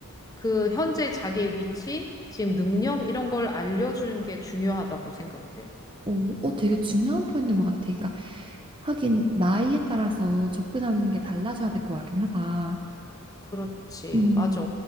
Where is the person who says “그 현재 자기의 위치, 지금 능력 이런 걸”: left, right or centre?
Left